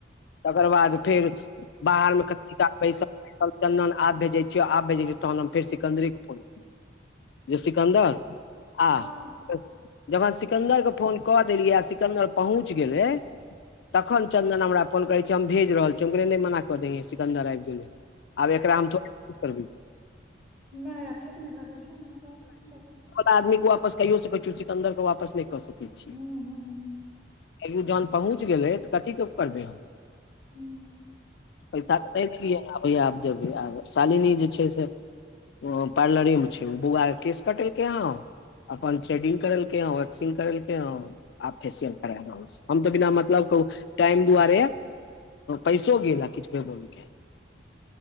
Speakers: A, on the left; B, on the right.
A: तकर बाद फेर बाहरमे कती काल बैसल बैसल चन आब भेजै छियै आब भेजै छ तहन हम फेर सिकन्दरे के फोन सिकन्दर आ
B: हँ
A: जखन सिकन्दर के फोन कऽ देलियै आ सिकन्दर पहुँच गेलै तखन चंन्दन हमरा फोन करै छी हम भेज रहल छियौ हम कहलियै नहि मना कऽ दैये सिकंन्दर आबि गेलै आब एकरा हम थोड़ क करबै
B: नहि ठीक नहि लागे छै हम त
A: आदमीे क वापस को सकै छी सिकन्दर के वापस नहि कऽ सकै छी
B: हुँ हुँ हुँ
A: क जहन पहुँच गेलै तऽ कथीे करबै हम
B: हुँ
A: पैसा तऽ नहि <unintelligible> देलियैबै आब देबैआ शालिनी जे छै से ओ पार्लरे मे छै ओ बुआ के केश कटेलकै हं अपन थ्रेडिंग करेलकै हं वैकसिंग करेलकै हं आप फेसियल करा रह हम तऽ बिना मतलब कह टाइम दुआरे पैसो गेला किछ मे बोल के